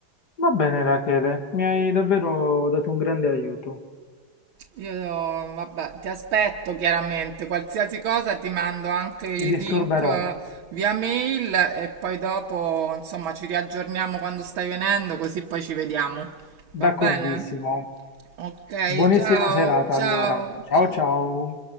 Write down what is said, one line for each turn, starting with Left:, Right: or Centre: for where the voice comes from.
Left: Va bene, Rachele, mi hai davvero dato un grande aiuto.
Right: Io, vabbè, ti aspetto chiaramente, qualsiasi cosa ti mando anche i
Left: Ti disturberò,
Right: link eh, via mail e poi dopo, insomma, ci riaggiorniamo quando stai venendo, così poi ci vediamo. Va
Left: d'accordissimo.
Right: bene? Ok,
Left: Buonissima
Right: ciao,
Left: serata
Right: ciao,
Left: allora. Ciao
Right: ciao.
Left: ciao.